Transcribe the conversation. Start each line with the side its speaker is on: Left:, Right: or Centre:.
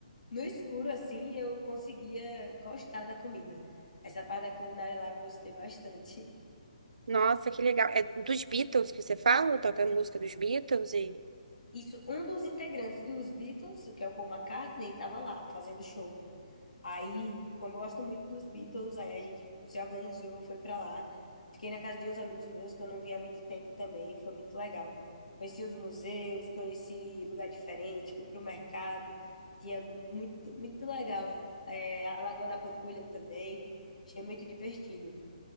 Left: No escuro, assim, eu conseguia gostar da comida. Essa parte da culinária lá eu gostei bastante.
Right: Nossa, que legal. É dos Beatles que você fala? Toca música dos Beatles e.
Left: Isso, um dos integrantes dos Beatles, que é o Paul McCartney, estava lá fazendo show. Aí, como eu gosto muito dos Beatles, aí a gente se organizou, foi pra lá. Fiquei na casa de uns amigos meus que eu não via há muito tempo também, foi muito legal. Conheci uns museus, conheci lugar diferente, fui pro mercado, que tinha muito, muito legal. É, a Lagoa da Pampulha também, achei muito divertido.